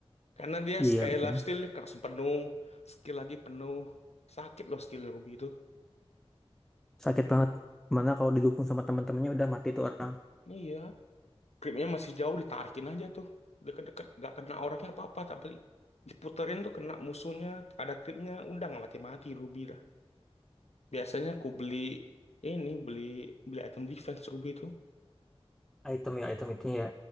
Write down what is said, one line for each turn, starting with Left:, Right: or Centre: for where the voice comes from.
Left: Karena dia
Centre: Iya,
Left: sekali
Centre: betul.
Left: life steal-nya langsung penuh. Skill lagi penuh. Sakit loh skill Ruby itu.
Centre: Sakit banget. Mana kalau didukung sama teman-temannya udah mati tuh orang.
Left: Iya. Creepnya masih jauh ditarikin aja tuh. Deket-deket gak kena orangnya apa-apa. Tapi diputerin tuh kena musuhnya. Ada creepnya. Udah gak mati-mati Ruby lah. Biasanya aku beli ini. Beli beli item defense Ruby itu.
Centre: Item ya, item itu ya.